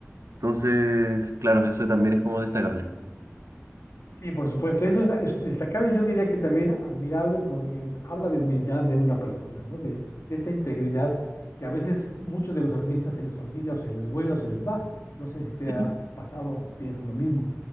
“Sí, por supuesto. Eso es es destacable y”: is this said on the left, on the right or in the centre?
Left